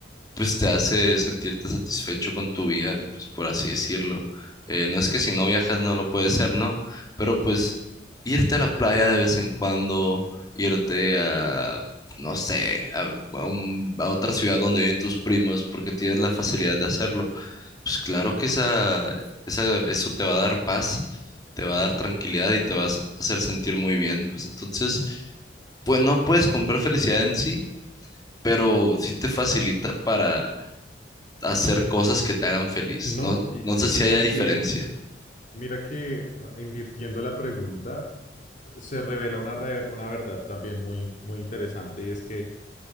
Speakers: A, on the left; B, on the left.
A: pues te hace sentirte satisfecho con tu vida, pues por así decirlo. Eh, no es que si no viajas no lo puedes ser, ¿no? Pero pues irte a la playa de vez en cuando, irte a, no sé, a, a un- a otra ciudad donde viven tus primos, porque tienes la facilidad de hacerlo pues claro que esa, esa, eso te va a dar paz, te va a dar tranquilidad y te va a hace- hacer sentir muy bien. Pues entonces, pues no puedes comprar felicidad en sí, pero sí te facilita para hacer cosas que te hagan feliz.
B: No,
A: No,
B: y,
A: no
B: y
A: sé
B: mira
A: si haya diferencia.
B: que, mira que ah, invirtiendo la pregunta se revela una, re- una verdad también muy, muy interesante y es que